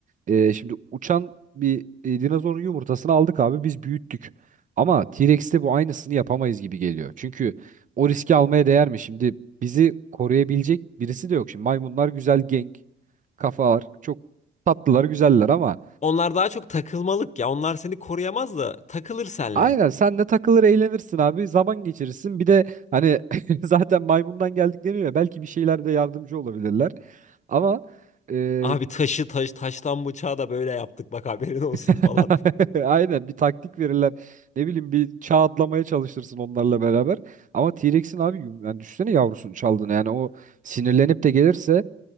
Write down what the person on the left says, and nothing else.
onlar daha çok takılmalık ya. Onlar seni koruyamaz da takılır senle.
Abi taşı taş taştan bıçağı da böyle yaptık bak haberin olsun
falan.